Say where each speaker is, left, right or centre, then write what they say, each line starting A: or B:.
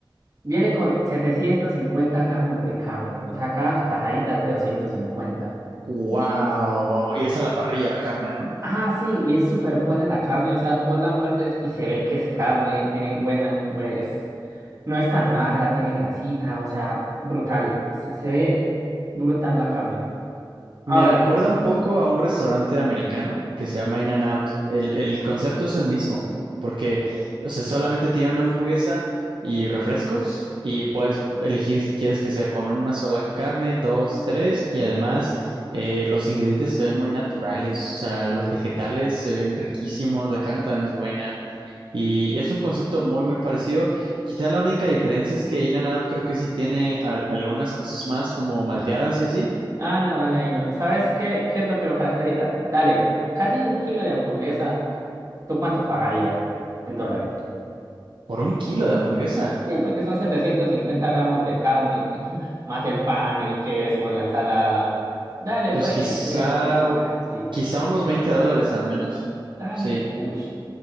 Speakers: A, on the right (about 45°); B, on the right (about 70°).
A: viene con 750 gramos de carne. O sea, cada tajadita es de doscientos cincuenta.
B: Wow,
A: Y
B: wow. Y es a la parrilla la carne, ¿no?
A: Ah, sí, y es súper buena la carne, o sea, vos la muertes y se ve que es carne, tiene buena, pues, no es tan magra, tiene grasita, o sea, brutal, se, se ve brutal la carne.
B: Me
A: Ahora,
B: recuerda un poco a un restaurante americano que se llama In-N Out. El, el concepto es el mismo, porque,
A: ok,
B: o sea, solamente tiene una hamburguesa y refrescos y puedes elegir si quieres que sea con una sola carne, dos, tres y
A: eso.
B: además eh, los ingredientes se ven muy naturales, o sea, los vegetales se ven riquísimos, la carne también es buena y es un concepto muy, muy parecido. Quizá la única diferencia es que In-N Out creo que sí tiene al- algunas cosas más como malteadas y así.
A: ah, no, dale, ahí no. ¿Sabes qué, qué es lo que lo caracteriza? Dale, por casi un kilo de hamburguesa, ¿tú cuánto pagarías en dólares?
B: ¿Por un kilo de hamburguesa?
A: Sí, porque son 750 gramos de carne, <clears throat> <laughs> más el pan, el queso, la ensalada. Dale,
B: Pues
A: puede
B: quizá,
A: que no llegue al kilo, pero sí.
B: quizá unos 20 dólares al menos.
A: Dale,
B: Sí.
A: uy.